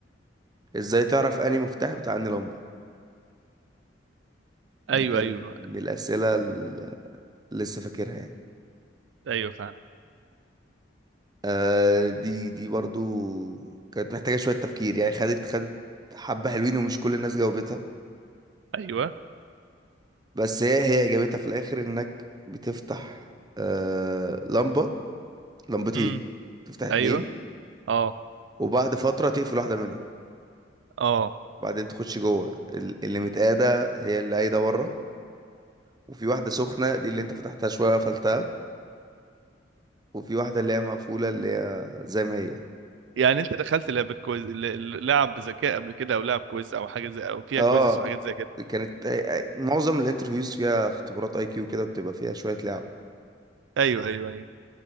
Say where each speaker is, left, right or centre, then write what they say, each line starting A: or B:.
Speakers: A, on the right; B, on the right.
A: إزاي تعرف أنهي مفتاح بتاع أنهي لمبة دي
B: ايوه
A: كان
B: ايوه
A: من الأسئلة اللي لسه فاكرها يعني
B: ايوه فاهم
A: آه دي دي برضو كانت محتاجة شوية تفكير يعني خدت خدت حبة حلوين ومش كل الناس جاوبتها
B: ايوه
A: بس هي هي إجابتها في الآخر إنك بتفتح آه لمبة لمبتين
B: أم،
A: تفتح اتنين
B: ايوه اه
A: وبعد فترة تقفل واحدة منهم
B: اه
A: وبعدين تخش جوه ال- اللي متقادة هي اللي قايدة ورا وفي واحدة سخنة دي اللي انت فتحتها شوية قفلتها وفي واحدة اللي هي مقفولة اللي هي زي ما هي
B: يعني انت دخلت لعبه كويز ل- ل- لعب بذكاء قبل كده او لعب كويز او حاجه زي او فيها
A: اه
B: كويزز وحاجات زي كده
A: كانت آه، آه، معظم الانترفيوز فيها اختبارات اي كيو كده بتبقى فيها شوية لعب
B: ايوه ايوه ايوه